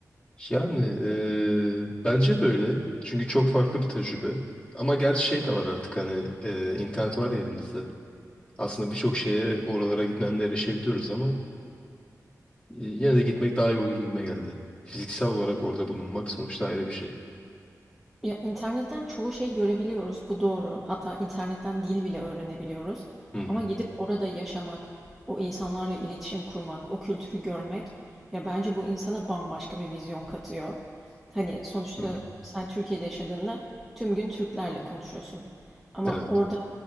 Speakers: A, on the left (about 15°); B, in the centre.
A: Yani e, bence de öyle. Çünkü çok farklı bir tecrübe. Ama gerçi şey de var artık hani e, internet var ya elimizde. Aslında birçok şeye oralara gitmeden de erişebiliyoruz ama e, yine de gitmek daha iyi olur gibime geldi. Fiziksel olarak orada bulunmak sonuçta ayrı bir şey.
B: Ya internetten çoğu şey görebiliyoruz, bu doğru. Hatta internetten dil bile öğrenebiliyoruz.
A: Hı hı.
B: Ama gidip orada yaşamak, o insanlarla iletişim kurmak, o kültürü görmek, ya bence bu insana bambaşka bir vizyon katıyor. Hani sonuçta
A: Hı hı.
B: sen Türkiye'de yaşadığında tüm gün Türklerle konuşuyorsun. Ama
A: Evet.
B: orada